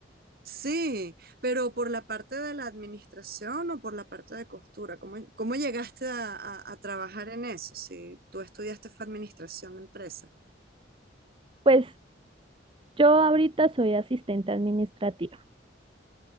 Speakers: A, on the right (about 55°); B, on the right (about 30°).
A: Sí, pero por la parte de la administración o por la parte de costura, ¿cómo, cómo llegaste a, a- a trabajar en eso? Si tú estudiaste fue administración de empresas.
B: Pues yo ahorita soy asistente administrativa.